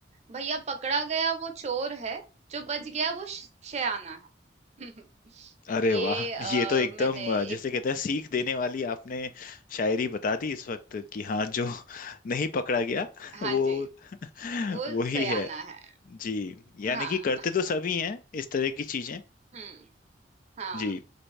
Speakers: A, on the right; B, on the left.
A: भैया पकड़ा गया वो चोर है जो बच गया वो श- शयाना है <laughs>
B: अरे
A: ये
B: वाह
A: अ,
B: ये तो एकदम
A: मैंने
B: अ, जैसे
A: एक
B: कहते हैं सीख देने वाली आपने शायरी बता दी इस वक्त कि हाँ जो नहीं पकड़ा गया
A: हाँ
B: वो
A: जी
B: <laughs>
A: वो
B: वो
A: सयाना
B: ही है
A: है
B: जी यानी
A: हाँ
B: कि करते
A: <laughs>
B: तो सभी हैं इस तरह की चीजें
A: हम्म हाँ
B: जी